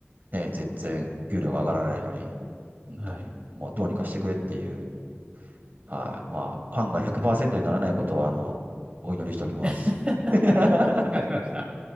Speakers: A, on the right; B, on the right.
A: う、ね、全然、給料が上がらないのに、本当に、
B: はい。
A: もうどうにかしてくれっていうはい。まあ、パンが100%
B: いやー。
A: にならないことは、あの、お祈りしておきます。
B: <laughs> わかりました。
A: <laughs>